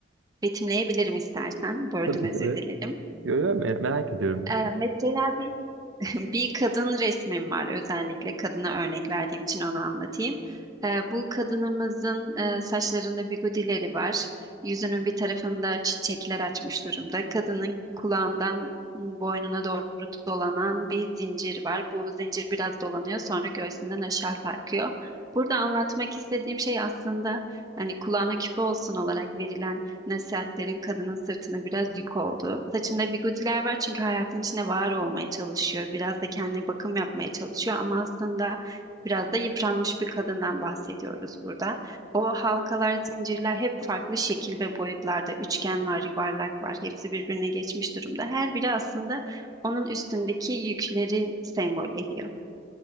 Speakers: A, on the right; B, on the right.
A: betimleyebilirim istersen. Böldüm
B: tabii
A: özür
B: tabii.
A: dilerim.
B: Yo, yo, me- merak ediyorum.
A: E, mesela bir <laughs> Bir kadın resmim var özellikle kadına örnek verdiğim için onu anlatayım. Ee, bu kadınımızın e, saçlarında bigudileri var. Yüzünün bir tarafında çiçekler açmış durumda. Kadının kulağından m, boynuna doğru dolanan bir zincir var. Bu zincir biraz dolanıyor sonra göğsünden aşağı sarkıyor. Burada anlatmak istediğim şey aslında hani kulağına küpe olsun olarak verilen Nasihatlerin kadının sırtına biraz yük oldu. Saçında bigudiler var çünkü hayatın içine var olmaya çalışıyor. Biraz da kendine bakım yapmaya çalışıyor ama aslında biraz da yıpranmış bir kadından bahsediyoruz burada. O halkalar, zincirler hep farklı şekil ve boyutlarda. Üçgen var, yuvarlak var. Hepsi birbirine geçmiş durumda. Her biri aslında onun üstündeki yüklerin sembol ediyor.